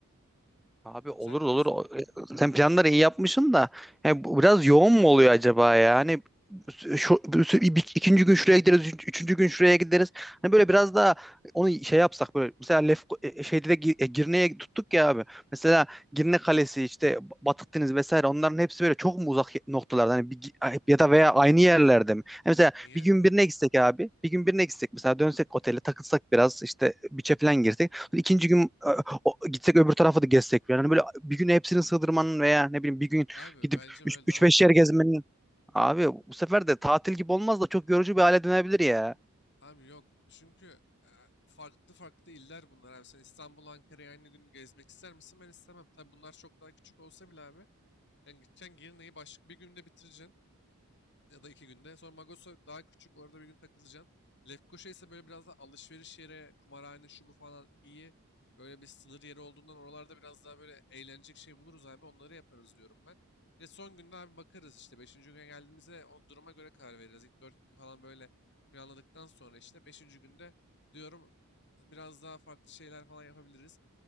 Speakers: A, in the centre; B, on the left (about 50°).
A: Abi olur
B: Sen ne
A: olur.
B: diyorsun?
A: O- e, Sen planları iyi yapmışsın da yani bu biraz yoğun mu oluyor acaba ya? Hani şu, şu- bir- ikinci gün şuraya gideriz, üç- üçüncü gün şuraya gideriz. Hani böyle biraz daha onu şey yapsak böyle mesela Lef, e, e, şeyde de Gi- e, Girne'ye tuttuk ya abi. Mesela Girne Kalesi işte Batık Deniz vesaire onların hepsi böyle çok mu uzak noktalarda hani bir, gi- ya da veya aynı yerlerde mi? Hani mesela
B: Niye?
A: bir gün birine gitsek abi. Bir gün birine gitsek mesela dönsek otele takılsak biraz işte biçe falan girsek. İkinci gün o- gitsek öbür tarafa da gezsek falan. Hani böyle bir gün hepsini sığdırmanın veya ne bileyim bir gün
B: Abi
A: gidip
B: bence böyle daha
A: 3-5
B: iyi.
A: yer gezmenin. Abi bu sefer de tatil gibi olmaz da çok yorucu bir hale dönebilir ya.
B: Abi yok çünkü e, farklı farklı iller bunlar abi. Sen İstanbul, Ankara'yı aynı gün gezmek ister misin? Ben istemem. Tabii bunlar çok daha küçük olsa bile abi. Yani gideceksin Girne'yi başka bir günde bitireceksin. ya da iki günde. Sonra Magoso daha küçük orada bir gün takılacaksın. Lefkoşa ise böyle biraz da alışveriş yeri, kumarhane, şu bu falan iyi. Böyle bir sınır yeri olduğundan oralarda biraz daha böyle eğlenecek şey buluruz abi onları yaparız diyorum ben. Ve son günde abi bakarız işte beşinci güne geldiğimizde o duruma göre karar veririz. İlk 4 gün falan böyle planladıktan sonra işte beşinci günde diyorum biraz daha farklı şeyler falan yapabiliriz.